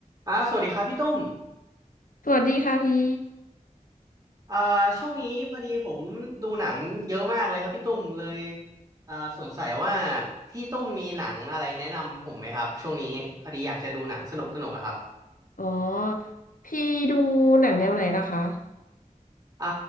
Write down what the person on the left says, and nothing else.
สวัสดีค่ะพี่
อ๋อ พี่ดูหนังแนวไหนล่ะคะ